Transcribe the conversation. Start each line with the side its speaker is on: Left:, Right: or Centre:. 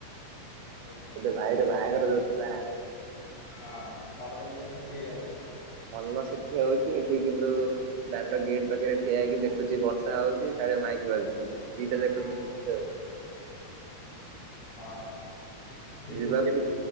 Left: ଆଛା ଆଛା
Right: ଗୋଟେ ଭାଇର
Left: ତାଲେ
Right: ବାହାଘର
Left: ଉମ୍
Right: ଯୋଉଥିଲା
Left: ହଁ ମନ ତ <unintelligible> ସେଠି ହେଲାଣି।
Right: ମନ ସେଠି ହୋଉଚି ଏଠି କିନ୍ତୁ ଦାଣାଡ ଗେଟ୍ ପାଖରେ ଠିଆ ହେଇକି ଦେଖୁଚି ବର୍ଷା ହୋଉଚି ସ୍ୟାଡେ ମାଇକି ବାଜୁଚି। ଦିଇଟା ଯାକ
Left: ହୁଁ,
Right: ଦେଖିବୁ
Left: ହୁଁ।
Right: ପ୍ରାଏ।
Left: ହଁ କିନ୍ତୁ
Right: ଯିବାକୁ